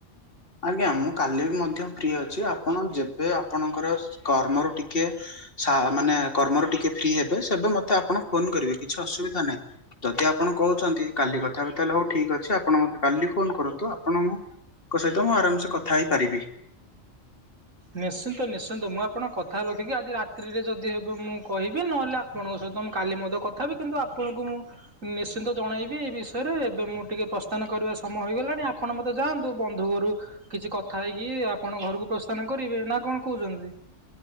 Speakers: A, on the left (about 45°); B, on the right (about 85°).
A: ଆଜ୍ଞା ମୁଁ କାଲି ବି ମଧ୍ୟ ଫ୍ରି ଅଛି ଆପଣ ଯେବେ ଆପଣଙ୍କର କର୍ମରୁ ଟିକେ ସା ମାନେ କର୍ମରେ ଟିକେ ଫ୍ରି ହେବେ ସେବେ ମତେ ଆପଣ ଫୋନ କରିବେ କିଛି ଅସୁବିଧା ନାହିଁ। ଯଦି ଆପଣ କହୁଛନ୍ତି କାଲି କଥାହବା ତାହେଲେ ହଉ ଠିକ୍ ଅଛି ଆପଣ ମତେ କାଲି ଫୋନ କରନ୍ତୁ ଆପଣ ମୁଁ ଙ୍କ ସହିତ ମୁଁ ଆରାମସେ କଥା ହେଇପାରିବି।
B: ନିଶ୍ଚିନ୍ତ ନିଶ୍ଚିନ୍ତ ମୁଁ ଆପଣଙ୍କ କଥାରେ ରଖିକି ଆଜି ରାତିରେ ଯଦି ହେବେ ମୁଁ କହିବି ନହେଲେ ଆପଣଙ୍କ ସହିତ ମୁଁ କାଲି ମଧ୍ୟ କଥା ହେବି କିନ୍ତୁ ଆପଣଙ୍କୁ ମୁଁ ନିଶ୍ଚିନ୍ତ ଜଣେଇବି ଏଇ ବିଷୟରେ ଏବେ ମୁଁ ଟିକେ ପ୍ରସ୍ଥାନ କରିବା ସମୟ ହେଇଗଲାଣି ଆପଣ ମତେ ତ ଯାଆନ୍ତୁ ବନ୍ଧୁ ଘରୁ କିଛି କଥା ହେଇକି ଆପଣ ଘରକୁ ପ୍ରସ୍ଥାନ କରିବେ ନା କଣ କହୁଛନ୍ତି?